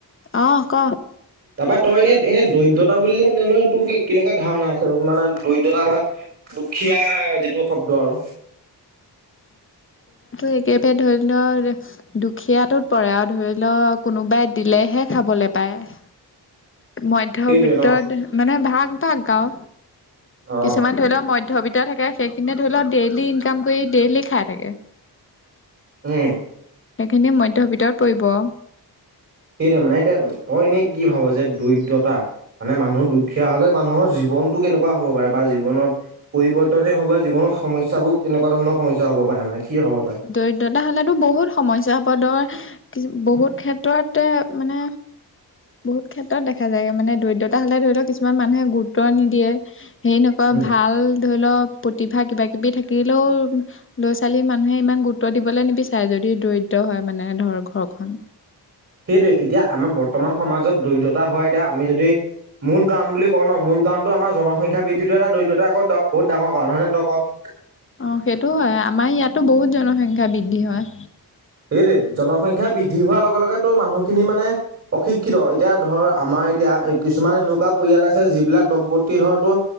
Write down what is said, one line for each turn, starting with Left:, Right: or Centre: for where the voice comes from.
Left: অ ক
Right: তাৰপৰা তই এনে এনে দৰিদ্ৰতা বুলিয়ে তেনে তোৰ কি কেনেকুৱা ধাৰণা আছে মানে দৰিদ্ৰতা বা দুখীয়া যিটো শব্দ আৰু
Left: একেতে ধৰি থৰ দুখীয়াটোৰ পৰা ধৰি লওক কোনোবাই দিলেহে খাবলৈ পায়। <inaudible> মধ্যবৃক্ত
Right: সেইটোৱে ন
Left: মানে ভাগ ভাগ গাও
Right: অ
Left: কিছুমান ধৰি লওক মধ্য দৰিদ্ৰ থাকে সেইখিনি ধৰি লওক ডেইলি ইনকাম কৰি ডেইলি খায় থাকে।
Right: উম
Left: সেইখিনি মধ্য ভিতৰত পৰিব অ
Right: সেইটো মানে এতিয়া তই এনেই কি ভাব যে দৰিদ্ৰতা মানে মানুহ দুখীয়া হলে মানুহৰ জীৱনটো কেনেকুৱা হ'ব পাৰে বা জীৱনত- পৰিৱৰ্তনে হওক বা জীৱনৰ সমস্যাবোৰ কেনেকুৱা ধৰণৰ সমস্যা হ'ব পাৰে মানে কি ভাব তই?
Left: দৰিদ্ৰতা হলেতো বহুত সমস্যা পদৰ কিছু বহুত ক্ষেত্ৰতে- মানে, বহুত ক্ষেত্ৰত দেখা যায় মানে দৰিদ্ৰতা হলে ধৰি লওক কিছুমান মানুহে গুৰুত্ব নিদিয়ে। হে নকয়
Right: উম
Left: ভাল ধৰি লওক প্ৰতিভা কিবা কিবি থাকিলেও ল'ৰা ছোৱালী মানু- মানুহে ইমান গুৰুত্ব দিবলৈ নিবিচাৰে যদি দৰিদ্ৰ হয় মানে ধৰ ঘৰখন
Right: সেইটোৱে এতিয়া আমাৰ বৰ্তমান সমাজত দৰিদ্ৰতা হোৱা এতিয়া আমি যদি মূল কাৰণ বুলি কওঁ মূল কাৰণটো আমাৰ জনসংখ্যা বৃদ্ধিটো এটা দৰিদ্ৰতা আকৌ বহুত ডাঙৰ কাৰণ হয় নহয় তই কওঁক।
Left: অ সেইটো হয় আমাৰ ইয়াতো বহুত জনসংখ্যা বৃদ্ধি হয়।
Right: সেইটোৱে জনসংখ্যা বৃদ্ধি হোৱাৰ লগে লগেতো মানুহখিনি মানে অশিক্ষিত হয়, এতিয়া ধৰ আমাৰ- এতিয়া কিছুমান এনেকুৱা পৰিয়াল আছে যিবিলাক দম্পতিৰটো